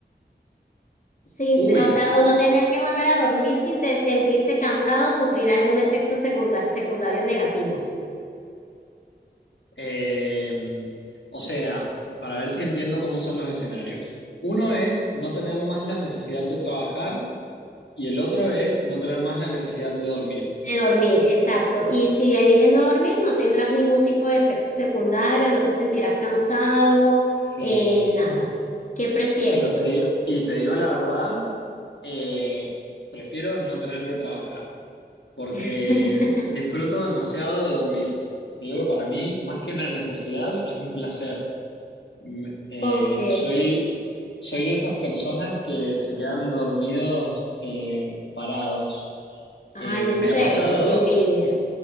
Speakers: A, on the left; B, on the left.
A: Sin,
B: Uy.
A: o sea, o no tener que volver a dormir sin te- sentirse cansado o sufrir algún efecto secunda- secundario negativo.
B: Eh, o sea, para ver si entiendo cómo son los escenarios. Uno es no tener más la necesidad de trabajar y el otro es no tener más la necesidad de dormir.
A: De dormir, exacto. Y si eliges no dormir, no tendrás ningún tipo de efecto secundario, no te sentirás cansado,
B: Sí,
A: eh, nada. ¿Qué prefieres?
B: pero te digo, y te digo la verdad, eh, prefiero no tener que trabajar porque
A: <laughs>
B: disfruto demasiado de dormir. Te digo que para mí, más que una necesidad, es un placer. Me- eh,
A: Ok.
B: soy, soy de esas personas que se quedan dormidos eh, parados.
A: Ay,
B: Eh, me
A: en serio,
B: ha pasado,
A: qué envidia.